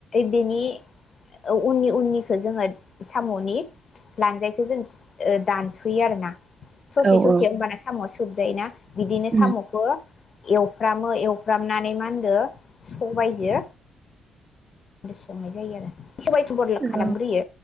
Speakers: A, on the left; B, on the right.
A: बेनि उननि उननिखौ जोङो सामनि लानजायखौ जों दानसयो आरोना ससे
B: औ
A: ससे
B: औ
A: होनबाना सामआ सोबजायो ना बिदिनो
B: उम
A: सामखौ एवफ्रामो एवफ्रामनानै मा होनदो सबायजो ओमफ्राय संनाय जायो आरो सबाइखौ थबर ला
B: औ
A: खालामग्रोयो